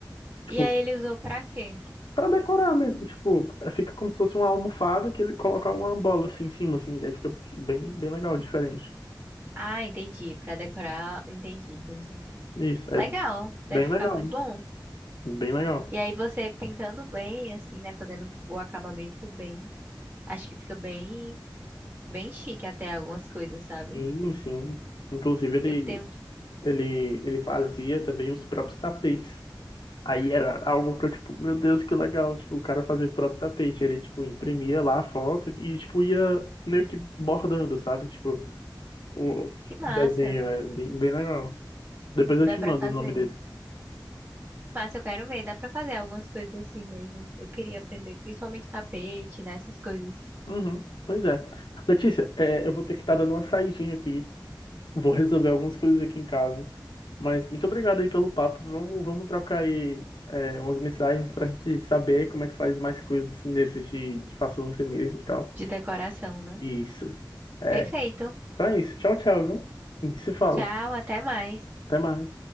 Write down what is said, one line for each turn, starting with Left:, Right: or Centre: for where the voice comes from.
Left: Tipo,
Right: E aí ele usou pra quê?
Left: pra decorar mesmo. Tipo, é, fica como se fosse uma almofada que ele coloca uma bola assim em cima, assim. Aí fica bem, bem legal, diferente.
Right: Ah, entendi. Pra decorar. Entendi, entendi.
Left: Isso,
Right: Legal.
Left: é bem
Right: Deve ficar
Left: legal.
Right: muito bom.
Left: Bem legal.
Right: E aí você pintando bem, assim, né? Fazendo o acabamento bem. Acho que fica bem, bem chique até algumas coisas, sabe?
Left: Sim, sim. Inclusive, ele
Right: Eu tenho que.
Left: Ele, ele fazia também os próprios tapetes. Aí era algo que eu, tipo, meu Deus, que legal. Tipo, o cara fazia o próprio tapete. Ele, tipo, imprimia lá a foto e, tipo, ia meio que bordando, sabe? Tipo, o
Right: Que massa.
Left: desenho é bem, bem legal. Depois
Right: Dá
Left: eu te
Right: pra
Left: mando
Right: fazer.
Left: o nome dele.
Right: Massa, eu quero ver. Dá pra fazer algumas coisas assim mesmo. Eu queria aprender, principalmente tapete, né? Essas coisas
Left: Uhum, pois é. Letícia, é, eu vou ter que estar dando uma saidinha aqui. Vou resolver algumas coisas aqui em casa. Mas muito obrigado aí pelo papo. Vamos, vamos trocar aí é, umas mensagens para a gente saber como é que faz mais coisas assim desses de, de faça você mesmo e tal.
Right: de decoração, né?
Left: Isso. É,
Right: Perfeito.
Left: então é isso. Tchau, tchau, viu? A gente se fala.
Right: Tchau, até mais.
Left: Até mais.